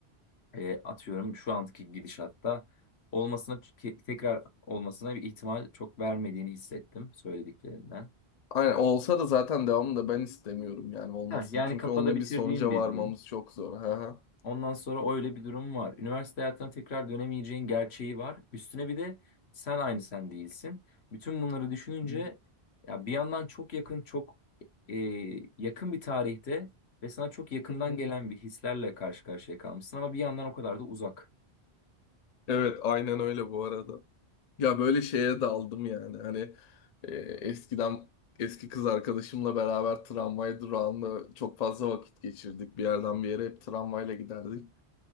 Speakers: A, on the left (about 70°); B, on the left (about 50°).
A: e, atıyorum şu anki gidişatta olmasına ke- tekrar olmasına bir ihtimal çok vermediğini hissettim söylediklerinden.
B: Aynen olsa da zaten devamını da ben istemiyorum yani olmasın.
A: Ha, yani
B: Çünkü
A: kafada
B: onunla
A: bitirdiğim
B: bir sonuca
A: bir
B: varmamız
A: durum.
B: çok zor. Hı hı.
A: Ondan sonra öyle bir durum var. Üniversite hayatına tekrar dönemeyeceğin gerçeği var. Üstüne bir de sen aynı sen değilsin. Bütün bunları düşününce
B: <laughs>
A: ya bir yandan çok yakın, çok e, yakın bir tarihte ve sana çok yakından
B: Hı hı.
A: gelen bir hislerle karşı karşıya kalmışsın ama bir yandan o kadar da uzak.
B: Evet aynen öyle bu arada. Ya böyle şeye daldım yani hani e, eskiden eski kız arkadaşımla beraber tramvay durağında çok fazla vakit geçirdik. Bir yerden bir yere hep tramvayla giderdik.